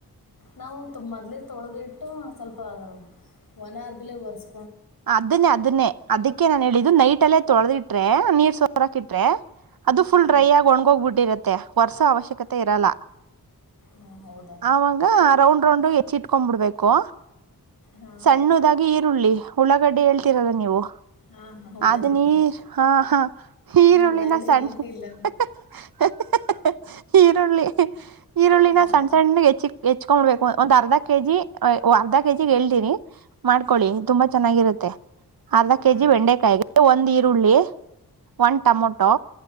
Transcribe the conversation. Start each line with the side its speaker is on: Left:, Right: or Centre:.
Left: ನಾವು ತೊಮೊದ್ಲೇ ತೊಳೆದ್ ಇಟ್ಟು ಸ್ವಲ್ಪ ಒಣ ಹರ್ಬಿಲೆ ಒರ್ಸ್
Right: ಅದನ್ನೆ ಅದನ್ನೆ ಅದಕ್ಕೆ ನಾನ್ ಹೇಳಿದ್ದು ನೈಟ್ ದಲ್ಲೇ ತೊಳ್ದು ಇಟ್ಟರೆ ನೀರ್ ಸೊರ್ ಸೊರಕೆ ಇಟ್ಟರೆ ಅದು ಫುಲ್
Left: ಹಾಂ
Right: ಡ್ರೈ ಆಗ್ ಒಣ್ ಹೋಗ್ಬಿಟ್ಟಿರತ್ತೆ ತ್ತೆ ವರ್ಸೊ ಅವಶ್ಯಕತೆ ಇರಲ್ಲ
Left: ಹಾಂ ಹೌದಾ
Right: ಅವಗ, ರೌಂಡ್, ರೌಂಡ್, ಎ. <inaudible> ಕೊಂಬಿಡ್ಬೇಕು,
Left: ಹಾಂ
Right: ಸಣ್ಣದಾಗಿ ಈರುಳ್ಳಿ. <inaudible> ರೆಡಿ, ಹೇಳ್ತರಲ್ಲ ನೀವು
Left: ಹಾಂ ಹಾಂ ಉಳ್ಳಾಗಡ್ಡಿ
Right: ಅದು! ನೀ, ಹ, ಹ ಈರುಳ್ಳಿನ,
Left: ನೀವು ಒಳಗಡೆ
Right: ಸಣ್ಣ್..
Left: ಏನೂ ಇಲ್ಲ
Right: <unintelligible> ತಾಳಿ.. <unintelligible> ಈರುಳ್ಳಿನ,
Left: ಹಾಂ
Right: ಸಣ್ಣ್, ಸಣ್ಣ್, ಹೆಚ್ಚಿಕ್ ಹೆಚ್ಕೊಬಿಡ್ಬೇಕು! ಒಂದ್, ಅರ್ಧ, ಕೆಜಿ ಅರ್ಧ ಕೆ, ಜಿ, ಹೇಳ್ತೀನಿ! ಮಾಡ್ಕೊಳ್ಳಿ ತುಂಬಾ? <inaudible> ಚೆನ್ನಾಗಿರುತ್ತೆ! ಅರ್ದ
Left: ಹಾಂ
Right: ಕೆಜಿ, ಬೆಂಡೆಕಾಯಿಗೆ
Left: ಹಾಂ
Right: ಒಂದು ಈ... <inaudible> ಈರುಳಿ.. <unintelligible> ಒನ್, ಟಮೊಟೊ,